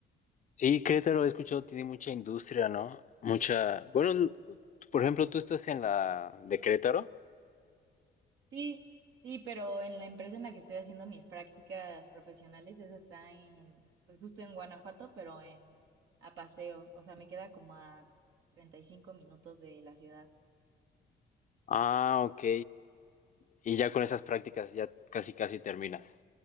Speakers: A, on the left (about 40°); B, on the right (about 80°).
A: Sí, Querétaro, he escuchado, tiene mucha industria, ¿no? Mucha... Bueno, l- por ejemplo, tú estás en la de Querétaro.
B: Sí, sí, pero en la empresa en la que estoy haciendo mis prácticas profesionales, esa está en, pues justo en Guanajuato, pero en a paseo. O sea, me queda como a 35 minutos de la ciudad.
A: Ah, ok. Y ya con esas prácticas ya casi casi terminas.